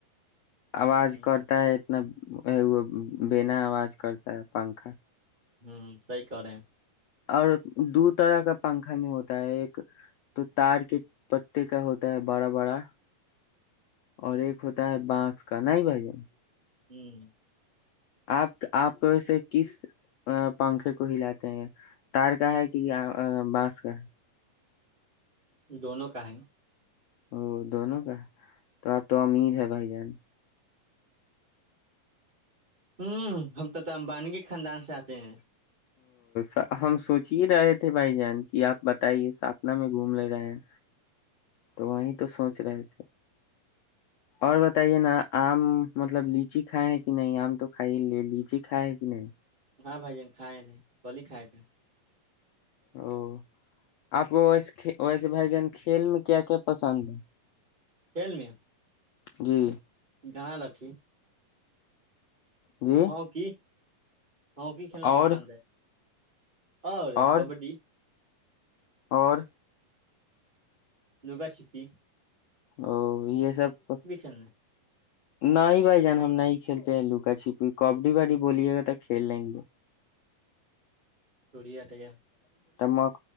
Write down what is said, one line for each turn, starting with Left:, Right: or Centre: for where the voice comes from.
Left: آواز
Right: ہ
Left: کرتا ہے اناب وہ بنا آواز کرتا ہے پنکھا
Right: ہوں سی ک رہ ہیں
Left: اور دھ طرح کا پنکھا میں ہوتا ہے ایک تو تار کے پتے کا ہوتا ہے بڑا بڑا اور ایک ہوتا ہے بانس کا نہیں بھائی جن
Right: ہوں
Left: آپ آپ کو ایے کس پنکھے کو ہلاتے ہیں تار کا ہے کہ یہ بانس کا ہے
Right: دونوں کا ہے
Left: ا دونوں کا تو اب تو امید ہے بھائی جان
Right: ہوں ہم تو تو امبانی کے خاندان سے آتے ہیں
Left: ا ہم سوچ ہی رہے تھے بھائی جان کہ آپ بتائیے ساپنا میں گھوم لے رہے ہیں تو وہیں تو سوچ رہے تھے اور بتائیے نا آم مطلب لچی کھائے ہے کہ نہیں آم تو کھائی ہی لے لیچی کھائے ہے کہ نہیں
Right: ہاں بھائی جن کھائے تھے کلی ہی کائے تھے
Left: او آپ کو وسے ویسے بھائی جان کھیل میں کیا کیا پسند ہے
Right: فل میں
Left: جی
Right: گنا لٹھی
Left: جی
Right: ہاں کی ہاںکی کھیلنا
Left: اور
Right: پسند ہے ہے
Left: اور
Right: کبڈی
Left: اور
Right: لوگا شفی
Left: او یہ سب
Right: کھیلنے
Left: نہیں ہی بھائی جان ہم نہیں کھیلتے لو پ کبڈی وڈی بی گ تھا کل لیںگ گ
Right: چوڑی آٹ گ
Left: توک